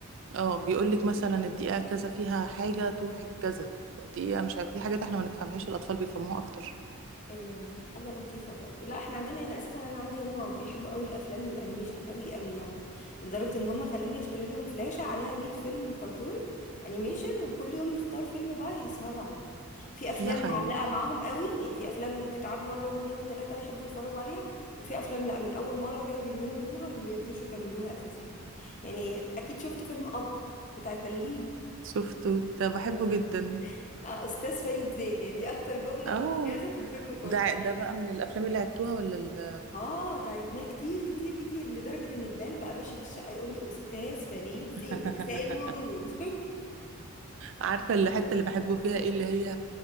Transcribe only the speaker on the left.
ايوه حاجه لطيفه برضو لا احنا عندنا هنا اساسا انا عندي هما بيحبوا قوي الافلام الانيميشن قوي قوي يعني لدرجه ان هما خلوني اشتري لهم فلاشه عليها 100 فيلم كرتون انيميشن وكل يوم نختار فيلم بقى يسهروا عليه في افلام
معلقه معاهم قوي يعني في افلام تتعاد مره واتنين وتلاته يحبوا يتفرجوا عليها وفي افلام لا من اول مره كده بيملوا منها ما بيرضوش يكملوها اساسا يعني اكيد شفتوا فيلم اب بتاع البلالين
آه.
آه، استاذ فريد زين يعني دي اكتر جمله
مميزه في الفيلم كله
اه ده عدناه كتير كتير كتير لدرجة ان بلال بقى ماشي في الشقة يقول لي استاذ فريد زين
مساء الورود